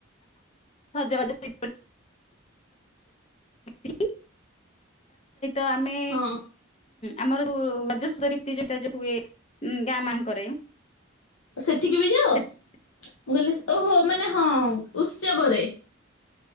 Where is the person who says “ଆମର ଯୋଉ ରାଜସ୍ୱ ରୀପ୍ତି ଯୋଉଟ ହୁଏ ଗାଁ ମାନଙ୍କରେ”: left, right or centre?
Left